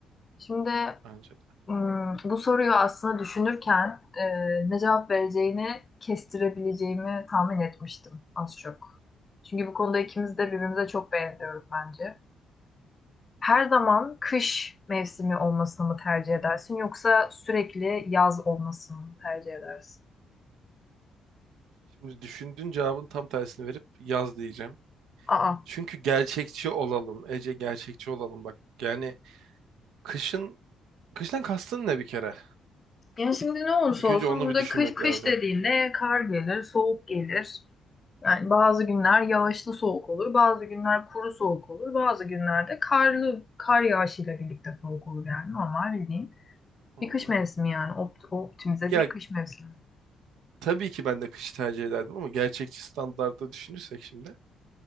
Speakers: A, on the left (about 35°); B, on the right (about 80°).
A: Şimdi
B: Bence de.
A: Hmm, bu soruyu aslında düşünürken e, ne cevap vereceğini kestirebileceğimi tahmin etmiştim az çok. Çünkü bu konuda ikimiz de birbirimize çok benziyoruz bence. Her zaman kış mevsimi olmasını mı tercih edersin yoksa sürekli yaz olmasını mı tercih edersin?
B: Şimdi düşündüğün cevabın tam tersini verip yaz diyeceğim.
A: Aa.
B: Çünkü gerçekçi olalım. Ece gerçekçi olalım. Bak yani kışın kıştan kastın ne bir kere?
A: Yani şimdi ne olursa
B: İlk
A: olsun
B: önce onu
A: burada
B: bir düşünmek
A: kış kış
B: lazım.
A: dediğinde kar gelir, soğuk gelir. Yani bazı günler yağışlı soğuk olur, bazı günler kuru soğuk olur, bazı günlerde karlı kar yağışıyla birlikte soğuk olur yani normal bildiğin
B: Hmm.
A: bir kış mevsimi yani Opt- optimize
B: Ya
A: bir kış mevsimi.
B: tabii ki ben de kışı tercih ederdim ama gerçekçi standartta düşünürsek şimdi